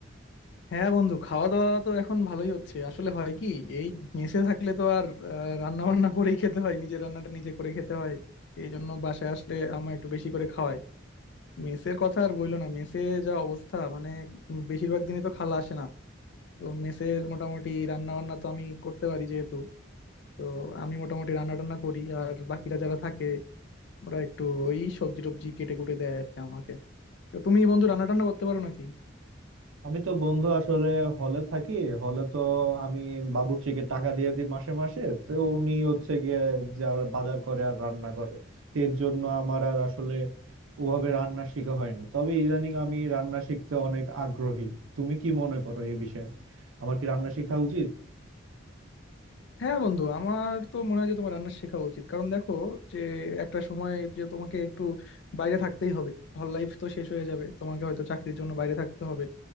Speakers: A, on the left; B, on the right.
A: হ্যাঁ বন্ধু খাওয়া দাওয়া তো এখন ভালোই হচ্ছে আসলে হয় কি এই মেসে থাকলে তো আর রান্না বান্না করেই খেতে হয় নিজের রান্নাটা নিজে করে খেতে হয় এই জন্য বাসায় আসলে আম্মা একটু বেশি করে খাওয়ায় মেসের কথা আর বইলো না মেসে যা অবস্থা মানে উম, বেশিরভাগ দিনই তো খালা আসে না তো মেসের মোটামুটি রান্না বান্না তো আমি করতে পারি যেহেতু তো আমি মোটামুটি রান্না টান্না করি আর বাকিরা যারা থাকে ওরা একটু এই সবজি টবজি কেটে কুটে দেয় আর কি আমাকে তো তুমি বন্ধু রান্না টান্না করতে পারো নাকি
B: আমি তো বন্ধু আসলে হলে থাকি হলে তো আমি বাবুর্চিকে টাকা দিয়ে দিই মাসে মাসে তো উনি হচ্ছে গিয়ে যা বাজার করে আর রান্না করে তো এর জন্য আমার আর আসলে ওভাবে রান্না শেখা হয় না তবে ইদানিং আমি রান্না শিখতে অনেক আগ্রহী তুমি কি মনে করো এই বিষয়ে আমার কি রান্না শেখা উচিত
A: হ্যাঁ বন্ধু আমার তো মনে হয় যে তোমার রান্না শেখা উচিত কারণ দেখো যে একটা সময় যে তোমাকে একটু বাইরে থাকতেই হবে হল লাইফ তো শেষ হয়ে যাবে তোমাকে হয়তো চাকরির জন্য বাইরে থাকতে হবে